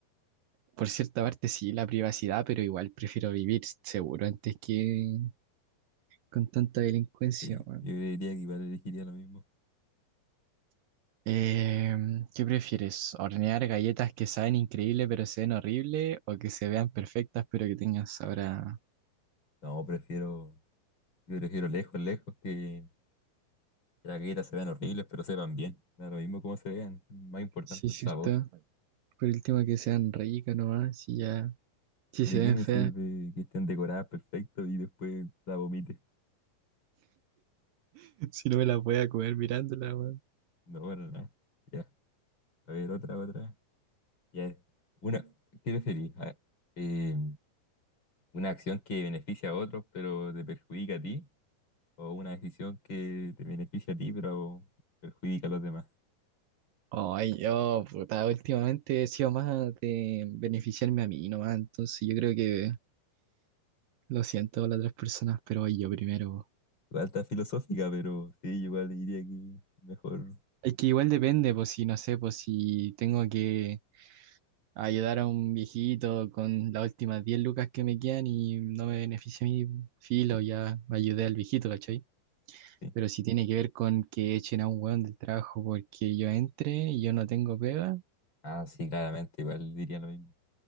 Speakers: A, on the right (about 75°); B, on the left (about 30°).
A: Por cierta parte sí, la privacidad, pero igual prefiero vivir seguro antes que con tanta delincuencia,
B: Sí,
A: weón.
B: yo diría que igual elegiría lo mismo.
A: Eh, ¿qué prefieres? ¿Hornear galletas que saben increíble pero se ven horrible o que se vean perfectas pero que tengan sabor a...
B: No, prefiero, yo prefiero lejos, lejos que las galletas se vean horribles, pero sepan bien. Da lo mismo como se vean, más importante
A: Sí,
B: el
A: cierto.
B: sabor.
A: Por último que sean ricas nomás y ya... Si
B: ¿De
A: se ven
B: qué me
A: feas,
B: sirve que estén decoradas perfecto y después la vomites?
A: <laughs> Si no me la voy a comer mirándola, weón.
B: No, para nada. Ya, a ver, otra, otra. Ya, una, ¿qué preferís? A- eh, ¿una acción que beneficia a otros pero te perjudica a ti? ¿O una decisión que te beneficia a ti pero perjudica a los demás?
A: Ay, yo, puta, últimamente he sido más de beneficiarme a mí nomás, entonces yo creo que lo siento a las otras personas, pero voy yo primero. po.
B: Igual está filosófica, pero sí, igual diría que mejor,
A: Es que igual depende, pues si no sé, pues si tengo que ayudar a un viejito con las últimas 10 lucas que me quedan y no me beneficia mi filo, ya ayudé al viejito, ¿cachai?
B: sí.
A: Pero si tiene que ver con que echen a un weón del trabajo porque yo entre y yo no tengo pega.
B: Ah, sí, claramente, igual diría lo mismo.